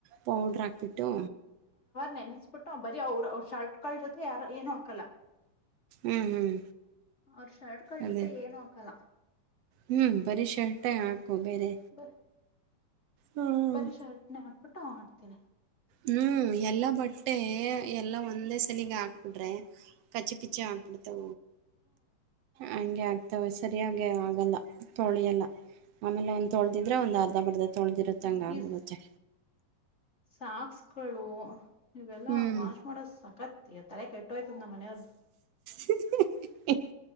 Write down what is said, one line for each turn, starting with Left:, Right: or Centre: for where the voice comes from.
Right: ಪೌಡ್ರ ಹಾಕ್ಬಿಟ್ಟು
Left: ನೆನಸ್ಬಿಟ್ಟು ಬರೀ ಅವ್ರ ಅವ್ರ ಶರ್ಟ್ ಕಾ ಜೊತೆ ಯಾರ ಏನು ಹಾಕಲ್ಲ
Right: ಹ್ಮ್ ಹ್ಮ್
Left: ಅವ್ರ ಶರ್ಟ್ಕಗಳ
Right: ಅದೇ
Left: ಜೊತೆ ಏನು ಹಾಕಲ್ಲ
Right: ಹ್ಮ್ ಬರೀ ಶರ್ಟ ಹಾಕು ಬೇರೆ
Left: ಬ
Right: ಹ್ಮ್
Left: ಬರೀ ಶರ್ಟ್ನ ಆಕ್ಬಿಟ್ಟು ಅವ ಆಡ್ತೀನಿ
Right: ಹ್ಮ್ ಎಲ್ಲಾ ಬಟ್ಟೆ ಎಲ್ಲಾ ಒಂದೇ ಸಲಿಗೆ ಹಾಕ್ಬಿಡ್ರೆ ಕಚ್ಚಿ ಪಿಚ್ಚಿ ಹಾಕ್ಬಿಡ್ತ ಹಂಗೆ ಮ ಸರಿಯಾಗಿ ಆಗಲ್ಲ ತೊಳಿಯಲ್ಲ ಆಮೇಲೆ ಒಂದ ತೊಳ್ದಿದ್ರೆ ಒಂದ್ ಅರ್ಧ ಬರ್ಧ ತೊಳೆದಿರುತ್ತೆಂಗೆ ಆದತೆ
Left: ಈ ಸಾಕ್ಸ್ಗಳು ಇವೆಲ್ಲಾ
Right: ಹ್ಮ್
Left: ವಾಶ್ ಮಾಡೋ ಸಕತ್ ತಲೆ ಕ ೋಯ್ತದ ನಮ್ಮ ಮನೆಯವರದ
Right: <unintelligible>